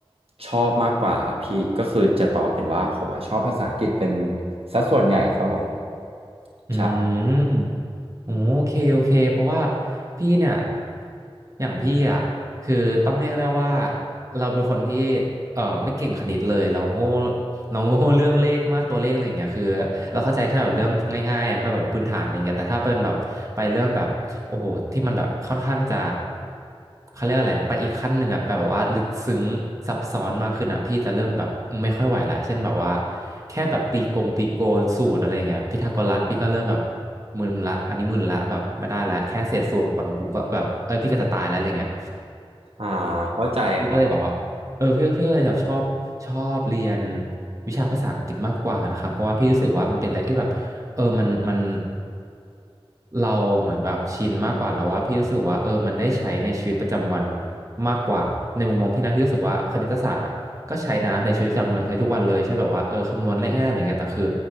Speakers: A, on the right; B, on the right.
A: ชอบมากกว่าครับพี่ก็คือจะตอบเป็นว่าผมอะชอบภาษาอังกฤษเป็นสัดส่วนใหญ่ครับผม
B: อืม
A: ใช่
B: โอเคโอเคเพราะว่าพี่เนี่ยอย่างพี่อ่ะคือต้องเรียกได้ว่าเราเป็นคนที่เออไม่เก่งคณิตเลยเราโง่เราโง่เรื่องเลขมากตัวเลขอะไรอย่างเงี้ยคือเราเข้าใจแค่แบบเรื่องง่ายๆแค่แบบว่าพื้นฐานอะไรเงี้ยแต่ถ้าเป็นแบบไปเรื่องแบบ โอ้โหที่มันแบบค่อนข้างจะเขาเรียกอะไรไปอีกขั้นหนึ่งอะไปแบบว่าลึกซึ้งซับซ้อนมากขึ้นอะพี่จะเริ่มแบบไม่ค่อยไหวละเช่นแบบว่าแค่แบบตีกงตีโกนสูตรอะไรอย่างเงี้ยพีทาโกรัสพี่ก็เริ่มแบบมึนละอันนี้มึนละแบบไม่ได้ละแค่เศษส่วนกูก็แบบเอ้ยพี่ก็จะตายแล้วอะไรเงี้ย
A: อ่าเข้าใจครับ
B: เออพี่ก็เลยแบบว่าเออพี่พี่ก็เลยแบบชอบชอบเรียนวิชาภาษาอังกฤษมากกว่านะครับเพราะว่าพี่รู้สึกว่ามันเป็นอะไรที่แบบเออมันมัน เราเหมือนแบบชินมากกว่าแล้วว่าพี่รู้สึกว่าเออมันได้ใช้ในชีวิตประจำวันมากกว่าในมุมมองพี่นะพี่รู้สึกว่าคณิตศาสตร์อ่ะก็ใช้นะในชีวิตประจำวันใช้ทุกวันเลยใช่แบบว่าเออคำนวณง่ายๆอะไรเงี้ยแต่คือ